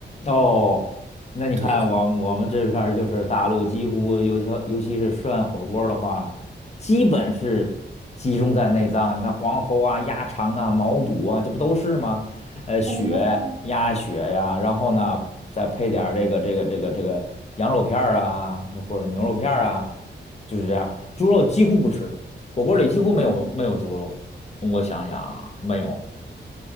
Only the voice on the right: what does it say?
对。
哦，
嗯